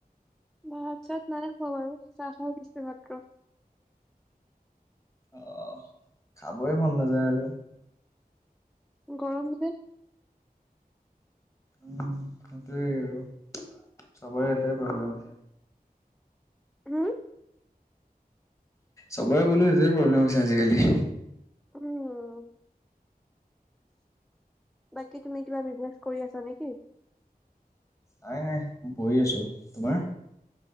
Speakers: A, in the centre; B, on the left (about 20°).
A: ভাত চাত নাই খোৱা বাৰু, চাহ খাই দিছোঁ মাত্ৰ।
B: অ' খাবই মন নাযায় আৰু।
A: গৰম যে।
B: উম, সেইটোৱেই আৰু চবৰে এইটোৱে প্ৰব্লেম আছে।
A: উ
B: চবৰে বুলো এইটোৱেই প্ৰব্লেম হৈছে আজিকালি।
A: উম। বাকী তুমি কিবা বিজনেচ কৰি আছা নেকি?
B: নাই নাই, মই পঢ়ি আছোঁ। তোমাৰ?